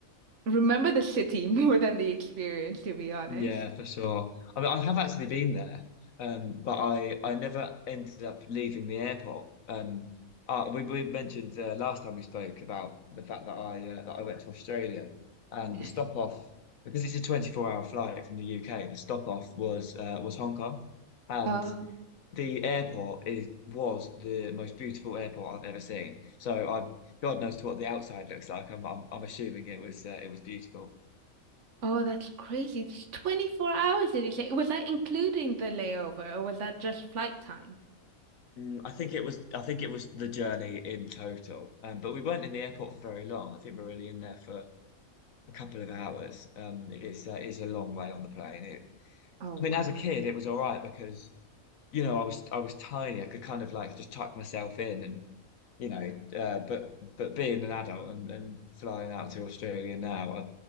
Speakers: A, on the right; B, on the left.
A: remember the city <laughs> more than the experience, to be honest.
B: Yeah, for sure. I mean, I have actually been there, um, but I I never ended up leaving the airport. Um, uh, we we mentioned uh, last time we spoke about the fact that I uh, that I went to Australia and
A: Yes.
B: the stop off because it's a 24 hour flight from the UK. The stop off was uh, was Hong Kong, and
A: Oh,
B: the airport is was the most beautiful airport I've ever seen. So I God knows what the outside looks like. I'm I'm, I'm assuming it was uh, it was beautiful.
A: oh, that's crazy. It's 24 hours, did you say? Was that including the layover, or was that just flight time?
B: Mm, I think it was I think it was the journey in total. Um, but we weren't in the airport for very long. I think we were really in there for a couple of hours. Um, it's uh, it's a long way on the plane. It,
A: Oh,
B: I mean,
A: wow.
B: as a kid, it was all right because you know I was I was tiny. I could kind of like just tuck myself in and you know. Uh, but but being an adult and, and flying out to Australia now, I,